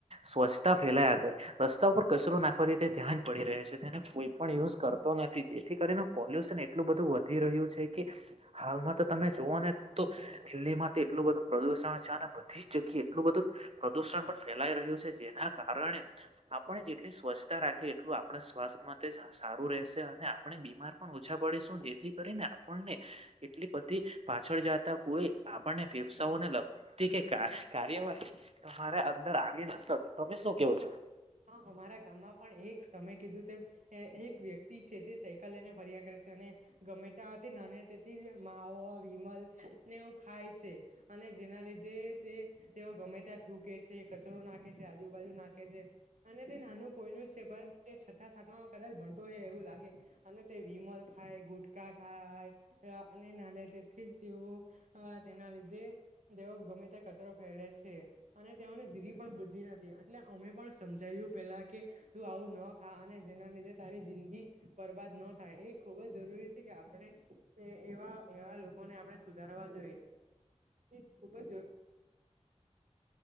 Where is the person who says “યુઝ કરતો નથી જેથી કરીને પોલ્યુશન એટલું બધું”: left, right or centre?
Right